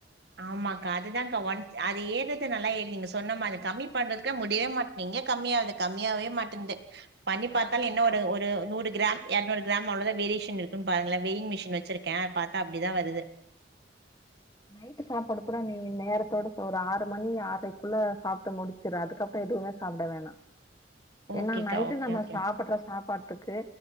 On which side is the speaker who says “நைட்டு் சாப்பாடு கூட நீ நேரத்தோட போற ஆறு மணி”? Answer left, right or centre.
Left